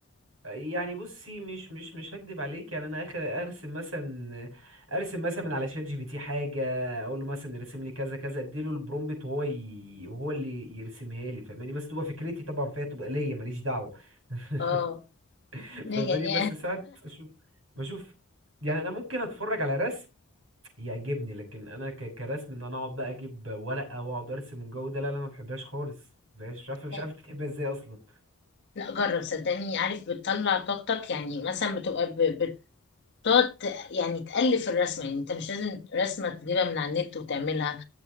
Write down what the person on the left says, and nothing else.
اه لا
يعني
<laughs>
لا جرب صدقني عارف بتطلع طاقتك يعني مثلا بتبقى ب- بتقعد ت- يعني تألف الرسمة يعني انت مش لازم رسمة تجيبها من على النت وتعملها